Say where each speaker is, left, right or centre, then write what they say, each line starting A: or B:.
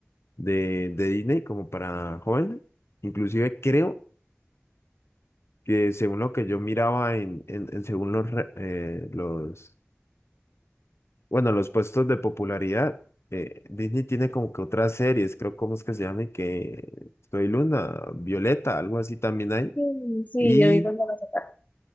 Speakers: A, on the left; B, on the left.
A: de, de Disney como para jóvenes. Inclusive creo que según lo que yo miraba en, en, en según los, re- eh, los, bueno, los puestos de popularidad, eh, Disney tiene como que otras series, creo, ¿cómo es que se llama? Que Soy Luna, Violeta, algo así también hay.
B: Sí, sí,
A: Y...
B: yo vi cuando lo sacaron.